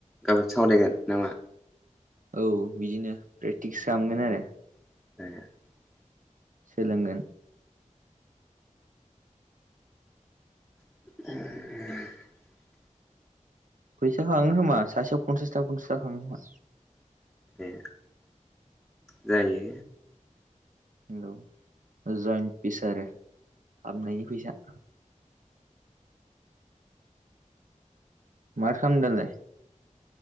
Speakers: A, in the centre; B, on the right (about 80°).
A: गाबोन सावरायगोन नामा
B: औ बिदिनो प्रेक्टिस खालामगोन आरो
A: <unintelligible>
B: सोलोंगोन
A: <unintelligible>
B: फैसा खांङो खोमा सासेयाव पनसासथाखा पनसास थाखा खांङो खोमा
A: ए जायो
B: नोंगौ जइन्ट पिस आरो हाबनायनि फैसा माथो <unintelligible> दालाय